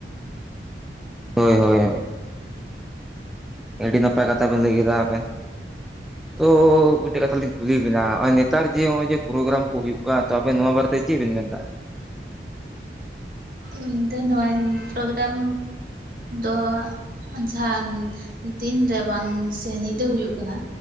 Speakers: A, in the centre; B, on the right.
A: ᱦᱳᱭ ᱦᱳᱭ ᱦᱳᱭ᱾ ᱟᱹᱰᱤ ᱱᱟᱯᱟᱭ ᱠᱟᱛᱷᱟ ᱵᱮᱱ ᱞᱟᱹᱭ ᱠᱮᱫᱟ ᱟᱵᱮᱱ᱾ ᱛᱚ ᱢᱤᱫᱴᱮᱡ ᱠᱟᱛᱷᱟ ᱞᱤᱧ ᱠᱩᱞᱤᱭᱮᱱ ᱵᱤᱱᱟ, ᱦᱚᱜ-ᱚᱭ ᱱᱮᱛᱟᱨ ᱡᱮ ᱦᱚᱜ-ᱚᱭ ᱡᱮ ᱯᱨᱚᱜᱨᱟᱢ ᱠᱚ ᱦᱩᱭᱩᱜ ᱠᱟᱱᱟ, ᱛᱚ ᱟᱵᱮᱱ ᱱᱚᱣᱟ ᱵᱟᱨᱮᱛᱮ ᱪᱮᱫ ᱵᱤᱱ ᱢᱮᱱ ᱫᱟ?
B: ᱤᱧ ᱫᱚ ᱱᱚᱣᱟ ᱯᱨᱚᱜᱨᱟᱢ ᱫᱚ ᱟᱪᱪᱷᱟ ᱫᱤᱱ ᱫᱚ ᱵᱟᱝ ᱥᱮ ᱧᱤᱫᱟᱹ ᱦᱩᱭᱩᱜ ᱠᱟᱱᱟ᱾